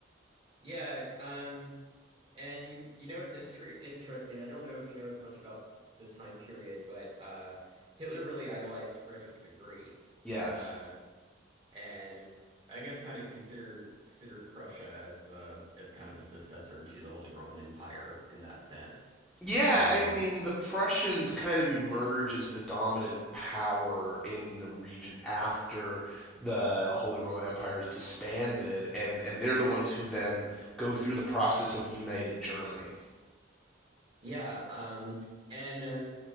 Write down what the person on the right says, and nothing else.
Yeah, um and you you know it's, it's true interesting. I don't know if you know as much about the time period, but uh Hitler really idolized Frederick the Great.
Uh and I guess kind of consider considered Prussia as the as kind of a successor to the Holy Roman Empire in that sense.
Um,
yeah, um, and uh,